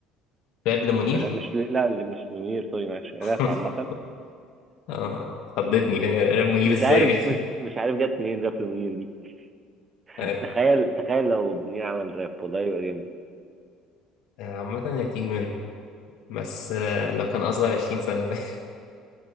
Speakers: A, on the left; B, on the right.
A: راب لمنير؟
B: آه، مش ل... لا اللي مش لمنير سوري معلش
A: <laughs>
B: راب عامة
A: آه خضتني فاهم راب منير
B: مش
A: إزاي؟
B: عارف
A: <laughs>
B: مش مش عارف جت منين راب منير دي <laughs>
A: آه،
B: تخيل تخيل لو منير عمل راب والله يبقى جامد
A: عامة هي تيجي منه بس آه، لو كان أصغر 20 سنة